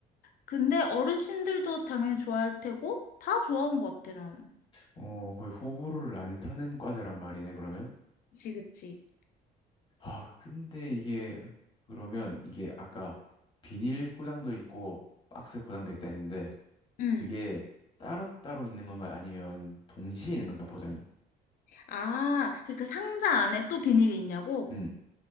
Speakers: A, on the left (about 55°); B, on the left (about 30°).
A: 근데 어르신들도 당연히 좋아할 테고, 다 좋아하는 것 같아, 나는.
B: 어, 거의 호불호를 안 타는 과자란 말이네, 그러면?
A: 그치, 그치.
B: 아, 근데 이게 그러면 이게 아까 비닐 포장도 있고 박스 포장도 있다 했는데
A: 응.
B: 그게 따로따로 있는 건가 아니면 동시에 있는 건가 포장이?
A: 아, 그러니까 상자 안에 또 비닐이 있냐고?
B: 음.